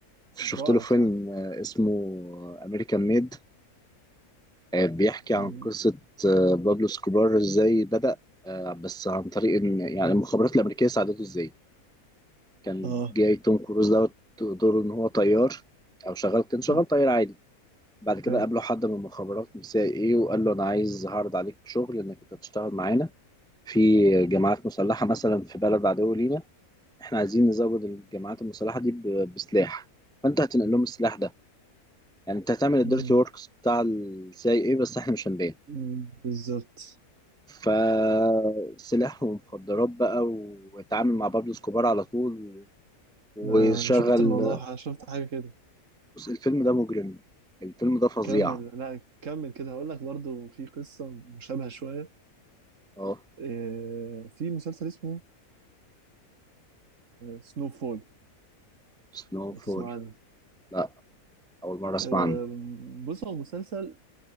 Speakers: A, in the centre; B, on the right (about 55°).
A: شفت
B: رائع
A: له فيلم
B: بصراحه
A: آه، اسمه امريكان ميد بيحكي عن
B: أم...
A: قصة آه، بابلو سكوبار ازاي بدأ آه، بس عن طريق ان يعني المخابرات الامريكية ساعدته ازاي كان
B: اه
A: جاي توم كروز دوت دوره ان هو طيار او شغال كان شغال
B: أم،
A: طيار عادي بعد كده
B: حلو
A: قابله حد من المخابرات من سي ايه وقال له انا عايز هعرض عليك شغل انك انت تشتغل معانا في جماعات مسلحة مثلا في بلد عدو لينا احنا عايزين نزود الجماعات المسلحه دي ب- بسلاح فانت هتنقل لهم السلاح ده يعني انت هتعمل الديرتي
B: أم،
A: وركس بتاع السي ايه بس احنا مش هنبين
B: أم، بالظبط
A: فسلاح ومخدرات بقى واتعامل مع بابلو اسكوبار على طول و- وشغل
B: آه شفت الموضوع شفت حاجه كده
A: بص الفيلم ده مجرم الفيلم ده فظيع
B: كمل لا كمل كده هقول لك برضو في قصة مشابهة شوية
A: اه
B: آه، في مسلسل اسمه سنو فول
A: سنو
B: لو تسمع
A: فول
B: عنه
A: لا اول مره اسمع
B: آه،
A: عنه
B: بص هو مسلسل